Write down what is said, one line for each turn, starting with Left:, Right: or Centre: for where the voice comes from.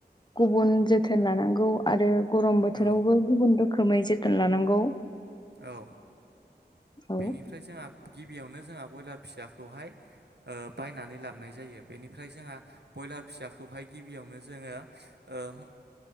Left: गुबुन जोथोन लानांगौ आरो। गरम बोथोरावबो
Right: औ
Left: गुबुन रोखोमै जोथोन लानांगौ।
Right: औ
Left: औ
Right: बेनिफ्राय जोंहा गिबियावनो जोंहा ब्रयलार फिसाखौहाय बायनानै लाबोनाय जायो बेनिफ्राय जोंहा बयलार फिसाखौहाय गिबियावनो जोङो ओम।